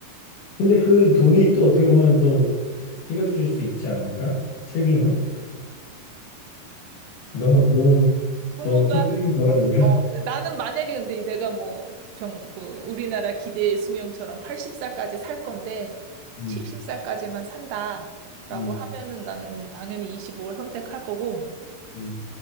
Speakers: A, on the left; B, on the right.
A: 근데 그 돈이 또 어떻게 보면 또 해결해 줄 수 있지 않을까? 책임을? 너무 너무
B: 부모가
A: 너무 티적인 발언인가?
B: 부- 어, 네, 나는 만약에 근데 내가 뭐 병, 그 우리나라 기대 수명처럼 80살까지 살 건데
A: 음,
B: 70살까지만 산다라고
A: 음,
B: 하면은 나는 당연히 2억를 선택할 거고
A: 음.